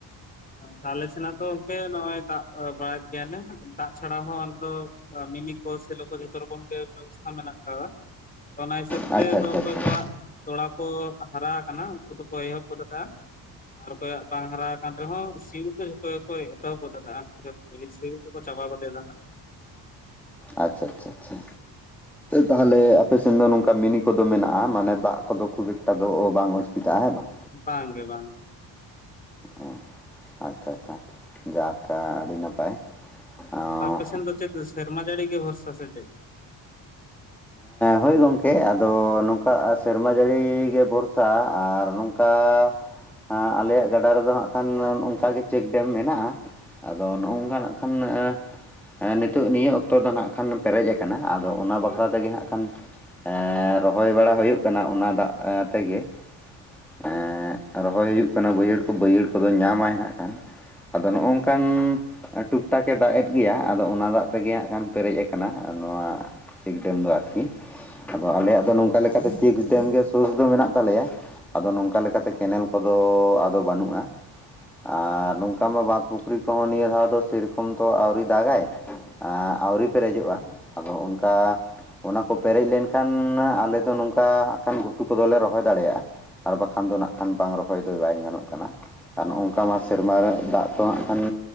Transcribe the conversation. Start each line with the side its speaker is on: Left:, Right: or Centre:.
Left: ᱟᱪᱷᱟ ᱟᱞᱮ ᱥᱮᱱᱟᱜ ᱫᱚ ᱚᱝᱠᱮ ᱱᱚᱜᱼᱚᱭ ᱫᱟᱜ ᱵᱟᱲᱟᱭᱮᱫ ᱜᱮᱭᱟᱞᱮ ᱫᱟᱜ ᱪᱷᱟᱲᱟ ᱦᱚᱸ ᱟᱞᱮ ᱫᱚᱼᱼ ᱢᱤᱱᱤ ᱠᱚ ᱥᱮᱞ ᱡᱷᱚᱛᱚ ᱨᱚᱠᱚᱢ ᱜᱮ ᱵᱮᱵᱚᱥᱛᱷᱟ ᱢᱮᱱᱟᱜ ᱟᱠᱟᱫᱟ ᱚᱱᱟ ᱦᱤᱥᱟᱹᱵ
Centre: ᱟᱪᱪᱷᱟ
Left: ᱛᱮᱼᱼ ᱪ
Centre: ᱟᱪᱪᱷᱟ
Left: ᱫᱚ ᱚᱠᱚᱭ
Centre: ᱟᱪᱪᱷᱟ
Left: ᱠᱚᱣᱟᱜ ᱛᱚᱲᱟᱼᱼ ᱠᱚ ᱦᱟᱨᱟ ᱟᱠᱟᱱᱟ ᱩᱱᱠᱩ ᱫᱚᱠᱚ ᱮᱦᱚᱵ ᱜᱚᱫ ᱠᱼᱟ ᱟᱨ ᱚᱠᱚᱭᱟᱜ ᱵᱟᱝ ᱦᱟᱨᱟ ᱟᱠᱼᱼ ᱟᱨᱦᱚᱸ ᱥᱤᱣ ᱠᱚ ᱡᱷᱚᱛᱚ ᱜᱮᱠᱚ ᱮᱛᱚᱦᱚᱵ ᱜᱚᱫᱟ ᱡ ᱥᱤᱣ ᱠᱚᱠᱚ ᱪᱟᱵᱟ ᱜᱚᱫᱟ ᱦᱟᱜ᱾
Centre: ᱟᱪᱪᱷᱟ ᱟᱪᱪᱷᱟ ᱟᱪᱪᱷᱟ ᱛᱟᱦᱚᱞᱮ ᱟᱯᱮ ᱥᱮᱱ ᱫᱚ ᱱᱚᱝᱠᱟ ᱢᱤᱱᱤ ᱠᱚᱫᱚ ᱢᱮᱱᱟᱜᱼᱟ ᱢᱟᱱᱮ ᱫᱟᱜ ᱠᱚᱫᱚ ᱠᱷᱩᱵ ᱮᱠᱴᱟ ᱫᱚ ᱵᱟᱝ ᱚᱥᱩᱵᱤᱫᱷᱟᱜᱼᱟ ᱦᱮᱸ ᱵᱟᱝ?
Left: ᱵᱟᱝ ᱜᱮ ᱵᱟᱝ ᱜᱮ᱾
Centre: ᱚᱸ ᱟᱪᱪᱷᱟ ᱟᱪᱪᱷᱟ, ᱡᱟᱜ ᱟᱹᱰᱤ ᱱᱟᱯᱟᱭ᱾ ᱚᱸ
Left: ᱟᱯᱮ ᱥᱮᱱ ᱫᱚ ᱪᱮᱫ ᱥᱮᱨᱢᱟ ᱡᱟᱹᱲᱤ ᱜᱮ ᱵᱷᱚᱨᱥᱟ ᱥᱮ ᱪᱮᱫ?
Centre: ᱦᱳᱭ ᱜᱚᱢᱠᱮ ᱟᱫᱚ, ᱱᱚᱝᱠᱟ ᱥᱮᱨᱢᱟ ᱡᱟᱹᱲᱤ ᱜᱮ ᱵᱷᱚᱨᱥᱟ ᱟᱨ ᱱᱚᱝ ᱟᱻᱨ, ᱟᱞᱮᱭᱟᱜ ᱜᱟᱰᱟ ᱨᱮᱫᱚ ᱦᱟᱸᱜ ᱠᱷᱟᱱ ᱚᱱᱠᱟᱜᱮ ᱪᱮᱠ ᱰᱮᱢ ᱢᱮᱱᱟᱜᱼᱟ᱾ ᱟᱫᱚ ᱱᱚᱜᱼᱚ ᱱᱝᱠᱟ ᱱᱟᱜ ᱠᱷᱟᱱ ᱮᱻ ᱦᱮᱸ ᱱᱤᱛᱚᱜ ᱱᱤᱭᱟᱹ ᱚᱠᱛᱚ ᱫᱚ ᱱᱟᱜ ᱠᱷᱟᱱ ᱯᱮᱨᱮᱡ ᱟᱠᱟᱱᱟ ᱟᱫᱚ ᱚᱱᱟ ᱵᱟᱠᱷᱚ ᱹᱹᱹᱹ ᱛᱮᱜᱮ ᱦᱟᱸᱜ ᱠᱷᱟᱱ ᱮᱸ, ᱨᱚᱦᱚᱭ ᱵᱟᱲᱟ ᱦᱳᱭᱳᱜ ᱠᱟᱱᱟ ᱚᱱᱟ ᱫᱟᱜ ᱛᱮᱜᱮ ᱾ ᱮᱸᱜ ᱨᱚᱦᱚᱭ ᱦᱩᱭᱩᱜ ᱠᱟᱱᱟ ᱵᱟᱹᱭᱦᱟᱹᱲ ᱠᱚ ᱵᱟᱹᱭᱦᱟᱹᱲ ᱠᱚᱫᱚ ᱧᱟᱢᱟᱭ ᱦᱟᱸᱜ ᱠᱷᱟᱱ ᱟᱫᱚ ᱱᱚᱜᱼᱚ ᱱᱝᱠᱟᱱ ᱴᱩᱠᱴᱟᱠ ᱮ ᱫᱟᱜ ᱮᱫ ᱜᱮᱭᱟ ᱟᱫᱚ ᱚᱱᱟ ᱫᱟᱜ ᱛᱮᱜᱮ ᱦᱟᱸᱜ ᱠᱷᱟᱱ ᱯᱮᱨᱮᱡᱽ ᱠᱟᱱᱟ ᱱᱚᱣᱟ ᱪᱮᱠ ᱰᱮᱢ ᱫᱚ ᱟᱨᱠᱤ, ᱟᱫᱚ ᱟᱞᱮᱭᱟᱜ ᱫᱚ ᱱᱚᱝᱠᱟ ᱞᱮᱠᱟᱛᱮ ᱪᱮᱠ ᱰᱮᱢ ᱜᱮ ᱥᱳᱨ ᱫᱚ ᱢᱮᱱᱟᱜ ᱛᱟᱞᱮᱭᱟ ᱾ ᱟᱫᱚ ᱱᱚᱝᱠᱟ ᱞᱮᱠᱟᱛᱮ ᱠᱮᱱᱮᱞ ᱠᱚᱫᱚ ᱟᱫᱚ ᱵᱟᱹᱱᱩᱜᱼᱟ ᱾ ᱟᱨ ᱱᱚᱝᱠᱟ ᱢᱟ ᱵᱟᱸᱫ ᱯᱩᱠᱷᱨᱤ ᱠᱚᱦᱚᱸ ᱱᱤᱭᱟᱹ ᱫᱷᱟᱣ ᱫᱚ ᱥᱮᱨᱚᱠᱚᱢ ᱫᱚ ᱟᱹᱣᱨᱤ ᱫᱟᱜᱟᱭ ᱾ ᱟᱹᱣᱨᱤ ᱯᱮᱨᱮᱡᱚᱜᱼᱟ ᱟᱫᱚ ᱚᱱᱠᱟ ᱚᱱᱟ ᱠᱚ ᱯᱮᱨᱮᱡ ᱞᱮᱱᱠᱷᱟᱱ ᱟᱞᱮ ᱫᱚ ᱱᱚᱝᱠᱟ ᱱᱟᱜ ᱠᱷᱟᱱ ᱜᱷᱩᱴᱩ ᱠᱚᱫᱚᱞᱮ ᱨᱚᱦᱚᱭ ᱫᱟᱲᱮᱭᱟᱜᱼᱟ ᱾ ᱟᱨ ᱵᱟᱠᱷᱟᱱ ᱫᱚ ᱱᱟᱜ ᱠᱷᱟᱱ ᱵᱟᱝ ᱨᱚᱦᱚᱭ ᱫᱚ ᱵᱟᱭ ᱜᱟᱱᱚᱜ ᱠᱟᱱᱟ ᱾ ᱟᱨ ᱱᱚ ᱱᱚᱝᱠᱟ ᱢᱟ ᱥᱮᱨᱢᱟ ᱨᱮ ᱫᱟᱜ ᱫᱚ ᱦᱟᱸᱜ